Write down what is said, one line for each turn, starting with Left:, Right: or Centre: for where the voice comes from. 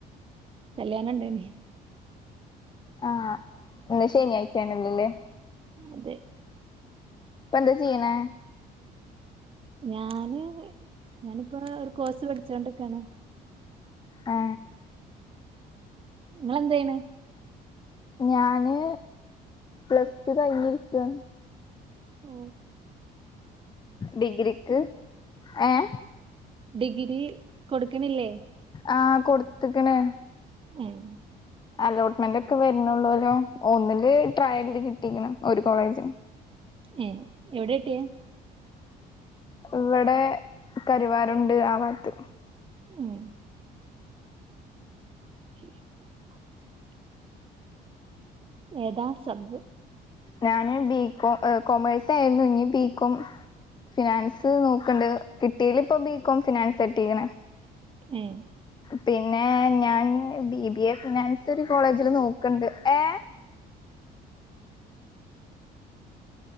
Right: കല്യാണംണ്ടേയ്നി.
Left: ആ. ഇന്ന് ശനാഴ്ചണല്ലോല്ലേ?
Right: അതെ.
Left: ഇപ്പൊ എന്താ ചെയ്യണേ?
Right: ഞാന്, ഞാനിപ്പൊ ഒരു കോഴ്സ് പഠിച്ചോണ്ടിക്കാണ്.
Left: ആ
Right: നിങ്ങളെന്തെയ്യ്ണ്?
Left: ഞാന് പ്ലസ് ടു കയിഞ്ഞിരിക്ക.
Right: ഓ
Left: ഡിഗ്രിക്ക്, ഏ?
Right: ഡിഗ്രി കൊട്ക്ക്ണില്ലേ?
Left: ആ കൊട്ത്ത്ക്ക്ണ്.
Right: ഉം.
Left: അലോട്ട്മെന്റ് ഒക്കെ വെര്നൊള്ളൊലോ? ഒന്നില് ട്രയലില് കിട്ടിക്ക്ണ്. ഒരു കോളേജില്.
Right: ഏ എവിടെട്ടിയ
Left: ഇവിടെ, കരുവാരുണ്ട് ആഭാത്ത്.
Right: ഏഹ് <unintelligible> ഏതാ സബ്?
Left: ഞാന് ബികോ കോമേഴ്സ ആയിരുന്നു ഇഞ്ഞ് ബികോം ഫിനാൻസ് നോക്ക്ണ്ട്. കിട്ടീല് പ്പൊ ബികോം ഫിനാൻസ് കിട്ടീക്ണ്.
Right: ഏ
Left: പിന്നെ ഞാാന് ബി ബി എ ഫിനാൻസ് ഒരു കോളേജില് നോക്കണ്ട് ഏ